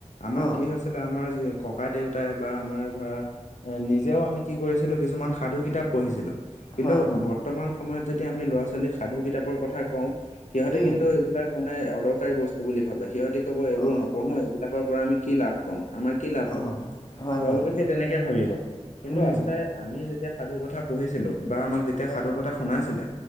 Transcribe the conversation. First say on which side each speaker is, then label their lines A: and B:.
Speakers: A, on the left; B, on the left.
A: আমাৰ
B: অ',
A: কি হৈছিল আমাৰ যি ককা দেউতাই বা আমাৰ ধৰা এ নিজেও আমি কি কৰিছিলো কিছুমান সাধু কিতাপ পঢ়িছিলো কিন্তু
B: হয়, হয়,
A: বৰ্তমান সময়ত যদি আমি ল'ৰা ছোৱালীক সাধু কিতাপৰ কথা কওঁ সিহঁতে
B: উম,
A: কিন্তু এইবিলাক মানে অদৰকাৰী বস্তু বুলি ভাবে সিহঁতি ক'ব এইবোৰ
B: অ',
A: নপঢ়ো এইবিলাকৰ পৰা আমি কি লাভ পাম আমাৰ কি লাভ
B: অ',
A: হব
B: হয়,
A: তেওঁলোকে
B: হয়,
A: সেই তেনেকে ভাবিব কিন্তু
B: উম,
A: আচলতে আমি যেতিয়া সাধু কথা পঢ়িছিলো বা আমাক যেতিয়া সাধু
B: অ',
A: কথা শুনাইছিলে